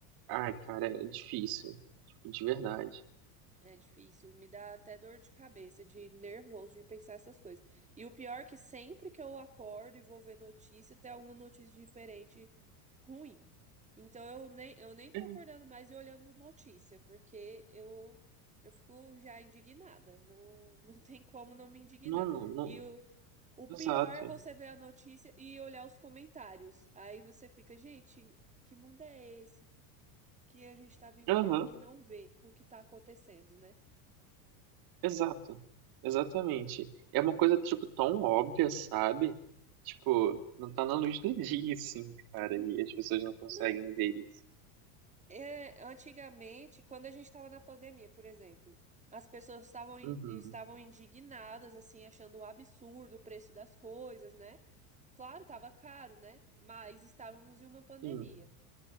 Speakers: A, on the right; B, on the right.
A: Ai, cara, é difícil. Tipo, de verdade.
B: É difícil, me dá até dor de cabeça, de nervoso de pensar essas coisas. E o pior é que sempre que eu acordo e vou ver notícia, tem alguma notícia diferente ruim. Então eu nem, eu nem tô
A: É,
B: acordando mais e olhando notícia, porque eu, eu fico já indignada. Não, <laughs> não tem como não me indignar.
A: não, não, não.
B: E o, o
A: Exato.
B: pior é você ver a notícia e olhar os comentários. Aí você fica, gente, que mundo é esse que a gente tá vivendo,
A: Aham,
B: que não vê o que tá acontecendo, né?
A: exato. Exatamente. É uma coisa, tipo, tão óbvia, sabe? Tipo, não tá na luz do dia, <laughs> assim,
B: Uhum.
A: cara. E as pessoas não conseguem
B: Não,
A: ver isso.
B: é, antigamente, quando a gente estava na pandemia, por exemplo, as pessoas estavam, in-
A: Uhum.
B: estavam indignadas, assim, achando um absurdo o preço das coisas, né? Claro, estava caro, né? Mas estávamos em uma pandemia.
A: Sim,